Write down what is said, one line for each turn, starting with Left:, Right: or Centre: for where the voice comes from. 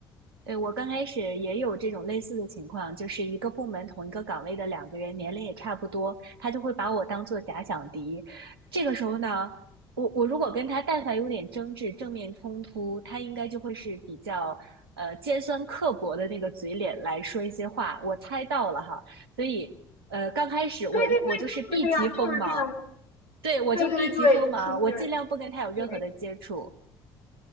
Right: 对，我刚开始也有这种类似的情况，就是一个部门同一个岗位的两个人，年龄也差不多，他就会把我当做假想敌。这个时候呢，我我如果跟他但凡有点争执、正面冲突，他应该就会是比较呃尖酸刻薄的那个嘴脸来说一些话。我猜到了哈，所以呃刚开始我我就是避其锋芒，
Left: 对对对，就是这样，就是这样。
Right: 对，我就避其锋芒，
Left: 对对对，其实
Right: 我尽量不跟他有任何的接触。
Left: 对，